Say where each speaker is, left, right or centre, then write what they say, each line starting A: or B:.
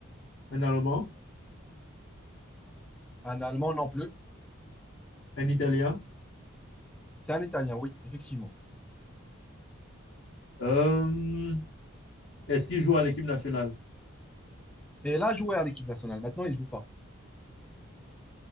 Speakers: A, on the left; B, in the centre.
A: Un Allemand?
B: Un Allemand, non plus.
A: Un Italien.
B: C'est un Italien, oui, effectivement.
A: Euh, est-ce qu'il joue à l'équipe nationale?
B: Et il a joué à l'équipe nationale. Maintenant, il joue pas.